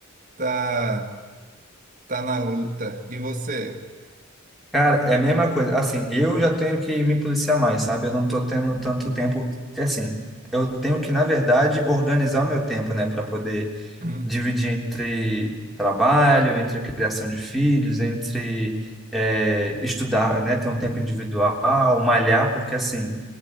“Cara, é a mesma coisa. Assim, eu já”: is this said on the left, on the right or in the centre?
Centre